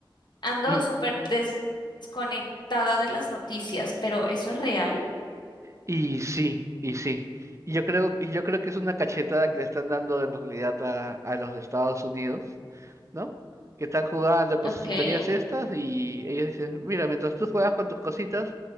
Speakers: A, on the left; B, on the right.
A: Ando
B: Y
A: súper des- desconectada de las noticias, pero ¿eso es real?
B: Y sí, y sí. Y yo creo, y yo creo que es una cachetada que le están dando en realidad a, a los de Estados Unidos, ¿no? Que están jugando con
A: Ok.
B: sus tonterías estas y ellos dicen, mira, mientras tú juegas con tus cositas,